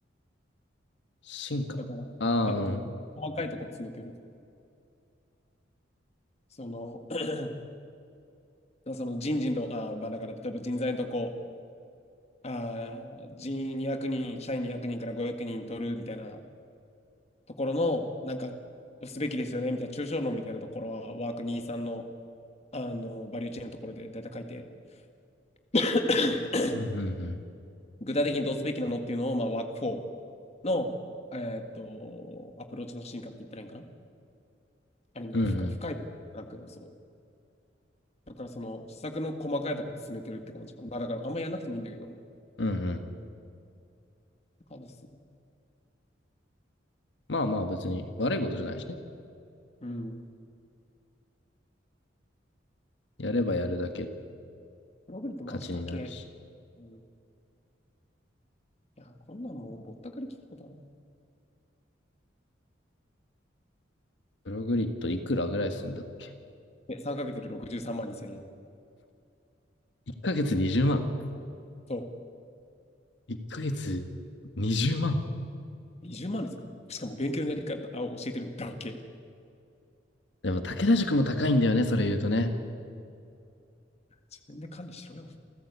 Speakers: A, on the left (about 70°); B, on the left (about 35°).
A: 進化。
B: だから、
A: ああ、
B: えっとね、
A: うん。
B: 細かいとこ詰めてる。その、<clears throat> その人事の、あー、まあ、だから、例えば人材のとこ、あー、人200人、社員200人から500人取るみたいなところの、なんか、すべきですよね、みたいな、抽象論みたいなところは、ワークにじゅうさんの、あの、バリューチェーンのところで大体書いて <coughs>
A: うんうんうん。
B: 具体的にどうすべきなのっていうのを、まあ、ワーク4の、えーっと、アプローチの進化って言ったらいいんかなあれね、
A: うんうん
B: 深い深い。だけど、そう。だから、その、施策の細かいとこ進めてるって感じかな。まあ、だから、あんまやらなくてもいいんだけど、っ
A: うんうん。
B: て感じですね。
A: まあまあ別に悪いことじゃないしね。
B: うん。
A: やればやるだけ
B: プログリってマジだけ
A: 勝ちになるし。
B: うん。いや、こんなんもうぼったくり聞くことだな。
A: プログリッドいくらぐらいすんだっけ
B: で、さんかヶ月で63万2千円。
A: 1ヶ月20万。
B: そう。
A: 1ヶ月20万。
B: 20万ですよ。しかも勉強のやり方を教えてるだけ。
A: でも武田塾も高いんだよね、それ言うとね。
B: 自分で管理しろよ、